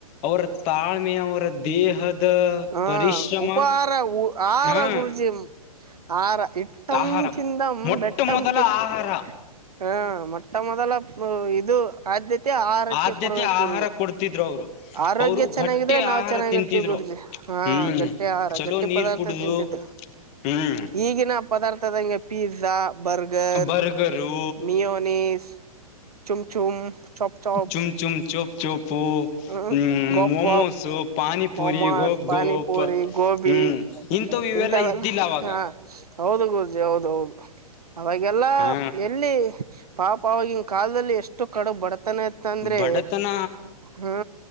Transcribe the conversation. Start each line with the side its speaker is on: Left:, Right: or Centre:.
Left: ಅವರ. ತಾಳ್ಮೆಯ ಅವರ ದೇಹದ
Right: ಹಾ
Left: ಪರಿಶ್ರಮ
Right: ಉಪಹಾರ ಆಹಾರ
Left: ಹಾ
Right: ಗುರೂಜಿ ಆರ ಇಟ್ಟಮ
Left: ಆಹಾರ
Right: ತಿಂದಮ
Left: ಮೊಟ್ಟ
Right: ಬೆಟ್ಟಮ
Left: ಮೊದಲ
Right: ಕಿತ್ತ
Left: ಆಹಾರ
Right: ಹ ಮತ್ತ. ಮೊಟ್ಟ ಮೊದಲ. <unintelligible> ಇದು ಆದ್ಯತೆ ಆಹಾರಕ್ಕೆ
Left: ಆದ್ಯತೆ
Right: ಕೊಡಬೇಕು
Left: ಆಹಾರ ಕೊಡ್ತಿದ್ರು ಅವರು
Right: ಆರೋಗ್ಯ.
Left: ಅವರು
Right: ಚೆನ್ನಾಗಿದ್ರೆ
Left: ಗಟ್ಟಿ
Right: ನಾವ್
Left: ಆಹಾರ
Right: ಚೆನ್ನಾಗಿರ್ತಿವಿ
Left: ತಿಂತಿದ್ರು
Right: ಗುರುಜಿ ಹಾ
Left: ಹ್ಮ್
Right: ಗಟ್ಟಿ ಆಹಾರ
Left: ಚಲೋ
Right: ಗಟ್ಟಿ
Left: ನೀರ್
Right: ಪದಾರ್ಥ
Left: ಕುಡುದು
Right: ತಿಂತಿದರು.
Left: ಹ್ಮ್
Right: ಈಗಿನ ಪದಾರ್ಥದಂಗೆ ಪೀಜಾ. Burger
Left: burger
Right: mayonnaise. ಚೋಮ ಚೋಮ ಚಾಪ್ ಚಾಪ್
Left: ಚುಮ್ ಚುಮ್ ಚೋಪ್ ಚೋಪು
Right: ಹ್ಮ
Left: ಹ್ಮ್
Right: ಗೋಪ್.
Left: ಮೋಮೋಸು
Right: ಪಾಪ್
Left: ಪಾನಿಪುರಿ
Right: ಮೊಮೋಸ್
Left: ಗೋಪ್
Right: ಪಾನಿಪುರಿ
Left: ಗೋಪ್
Right: ಗೋಬಿ
Left: ಹ್ಮ್ ಇಂಥವು ಇವೆಲ್ಲ
Right: ಇಂಥವ.
Left: ಇದ್ದಿಲ್ಲ ಅವಾಗ
Right: ಹಾ ಹೌದು ಗುರೂಜಿ ಹೌದು ಅವಾಗೆಲ್ಲ
Left: ಹಾ
Right: ಎಲ್ಲಿ. ಪಾಪ ಅವವಾಗಿನ್ ಕಲ್ದಲ್ಲಿ ಎಷ್ಟು ಕಡು ಬಡ್ತಾನ ಇಂತ ಅಂದ್ರೆ
Left: ಬಡತನ
Right: ಹ್ಮ.